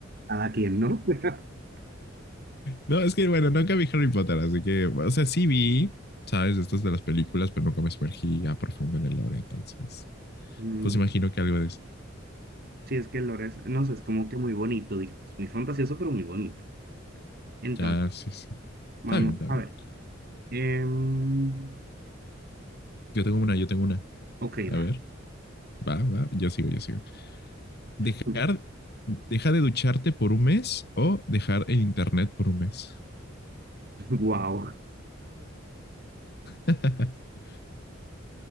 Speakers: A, on the right; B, on the left.
A: cada quien, ¿no? <laughs>
B: No, es que, bueno, nunca vi Harry Potter, así que, o sea, sí vi, ¿sabes? Estas de las películas, pero nunca me sumergí a profundo en el lore, entonces.
A: Mm,
B: Pues imagino que algo de eso.
A: Sí, es que el lore es, no sé, es como que muy bonito, digamos, muy fantasioso, pero muy bonito. Entonces,
B: Ya, sí, sí. Está
A: vamos,
B: bien, está
A: a
B: bien.
A: ver. em,
B: Yo tengo una, yo tengo una.
A: ok,
B: A
A: da.
B: ver, va, va, yo sigo, yo sigo. Dejar,
A: <laughs>
B: deja de ducharte por un mes o dejar el internet por un mes.
A: Wow,
B: <laughs>